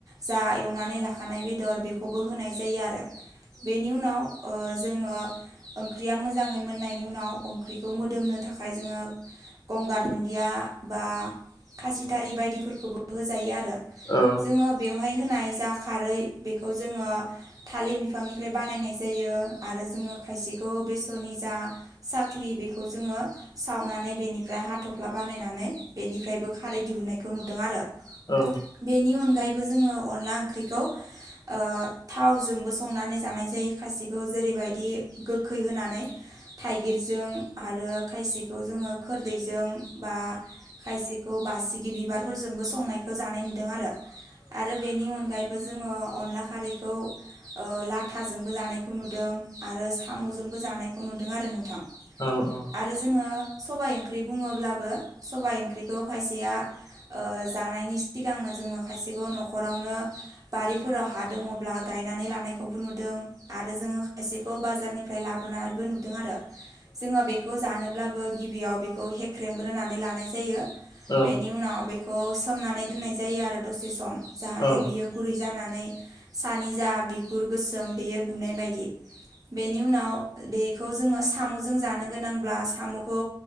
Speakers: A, on the right; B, on the left.
A: जा एवनानै लाखानाय बेदर बेखौबो होनाय जायो आरो। बेनि उनाव ओ जोंङो ओंख्रिया मोजाङै मोननायनि उनाव ओंख्रिखौ मोदोमनो थाखाय जोंङो गंगार दुन्दिया बा खासिथारि बायदिफोरखौबो होजायो आरो।
B: औ
A: जोंङो बेवहाय होनाय जा खारै बेखौ जोंङो थालिर बिफांनिफ्राय बानायनाय जायो आरो जोंङो खायसेखौ बेसरनि जा साख्लि बेखौ जोंङो सावनानै बेनिफ्राय हाथ'फ्ला बानायनानै बेनिफ्राय बो खारै दिहुननायखौ नुदों आरो।
B: औ
A: बेनि अनगायैबो जोंङो अनला ओंख्रिखौ ओ थावजोंबो संनानै जानाय जायो खायसेखौ जेरैबायदि गोखै होनानै थाइगिरजों आरो खायसेखौ जोंङो खोरदैजों बा खायसेखौ बासिगि बिबारफोरजोंबो संनायखौ जानाय नुदों आरो आरो बेनि अनगायैबो जोंङो अनला खारैखौ लाथाजोंबो जानायखौ नुदों आरो साम'जोंबो जानायखौ नुदों आरो नोंथां
B: औ औ
A: आरो जोंङो सबाय ओंख्रि बुङोब्लाबो सबाइ ओंख्रिखौ खायसेया ओ जानायनि सिगांनो जोंङो खायसेखौ न'खरावनो बारिफोराव हा दङ ब्ला गायनानै लानायखौबो नुदों आरो जोंङो खायसेखौ बाजारनिफ्राय लाबोनायबो नुदों आरो। जोंङो बेखौ जानोब्लाबो गिबियाव बेखौ हेख्रेमग्रोनानै लानाय जायो।
B: औ
A: बेनि उनाव बेखौ सोमनानै दोननाय जायो आरो दसे सम जाहाथे
B: औ
A: बियो गुरै जानानै सानि जा बिगुर गोसोम बेयो गुनाय बायदि। बेनि उनाव बेखौ जोङो साम'जों जानो गोनांब्ला साम'खौ